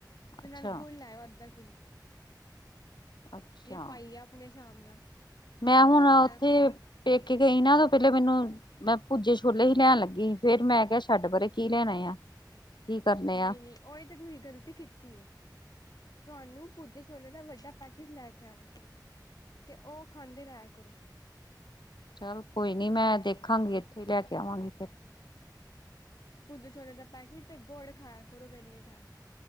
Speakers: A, on the left (about 55°); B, on the left (about 80°).
A: ਤੇ
B: ਅੱਛਾ
A: ਨਾਲ ਗੁਲ ਲੇ ਆਓ ਅੱਧਰ ਕਿੱਲੋ
B: ਅੱਛਾ
A: ਇਹ ਪਾਈਏ ਆਪਣੇ <unintelligible>
B: ਮੈਂ ਹੁਣ
A: ਉਹ ਖਾਇਆ
B: ਉਥੇ
A: ਕਰੋ।
B: ਪੇਕੇ ਇਹਨਾਂ ਤੋਂ ਪਹਿਲਾਂ ਮੈਨੂੰ ਮੈਂ ਭੂਜੇ ਛੋਲੇ ਹੀ ਲੈਣ ਲੱਗੀ ਫੇਰ ਮੈਂ ਕਿਹਾ ਛੱਡ ਪਰੇ ਕੀ ਲੈਣੇ ਆ। ਕੀ ਕਰਨੇ
A: ਨਹੀਂ-ਨਹੀਂ
B: ਆ
A: ਓਹੀ ਤਾਂ ਤੁਹੀ ਗਲਤੀ ਕੀਤੀ ਏ। ਤੁਹਾਨੂੰ ਪੂਜੇ ਛੋਲੇ ਦਾ ਵੱਡਾ ਪੈਕੇਟ ਲੈ ਕੇ ਆਣਾ ਚਾਹੀਦਾ, ਤੇ ਉਹ ਖਾਂਦੇ ਰਆ ਕਰੋ।
B: ਚੱਲ ਕੋਈ ਨੀ ਮੈਂ ਦੇਖਾਂਗੀ ਇੱਥੇ ਲੈ ਕੇ <unintelligible>
A: ਪੁੂਜੇ ਛੋਲੇ ਦਾ ਪੈਕੇਟ ਤੇ ਗੋੜ ਖਾਇਆ ਕਰੋ ਵਿਹਲੇ ਟੈਮ।